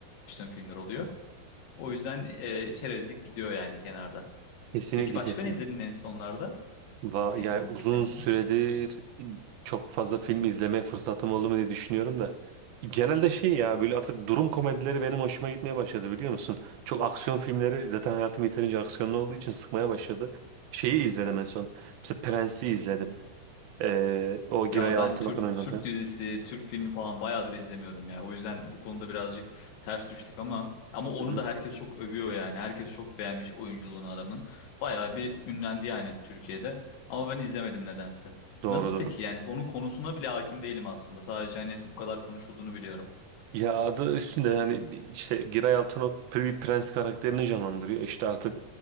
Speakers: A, on the left; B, on the right.
A: açtığım filmler oluyor. O yüzden e, çerezlik gidiyor yani kenarda.
B: Kesinlikle
A: Peki başka
B: kesinlikle.
A: ne izledin en sonlarda?
B: Va-
A: En
B: Yani
A: son vakitlerinde?
B: uzun süredir çok fazla film izlemeye fırsatım oldu mu diye düşünüyorum da. Genelde şey ya böyle artık durum komedileri benim hoşuma gitmeye başladı biliyor musun? Çok aksiyon filmleri zaten hayatım yeterince aksiyonlu olduğu için sıkmaya başladı. Şeyi izledim en son. Mesela Prens'i izledim. Ee, o Giray
A: Ya
B: Altınok'un
A: ben Türk
B: oynadı.
A: Türk dizisi, Türk filmi falan bayağıdır izlemiyorum ya. O yüzden bu konuda birazcık ters düştük ama ama onu
B: Hı hı.
A: da herkes çok övüyor yani. Herkes çok beğenmiş oyunculuğunu adamın. Bayağı bir ünlendi yani Türkiye'de. Ama ben izlemedim nedense.
B: Doğru
A: Nasıl
B: doğru.
A: peki? Yani onun konusuna bile hakim değilim aslında. Sadece hani bu kadar konuşulduğunu biliyorum.
B: Ya adı üstünde yani işte Giray Altunok bir prens karakterini canlandırıyor. İşte artık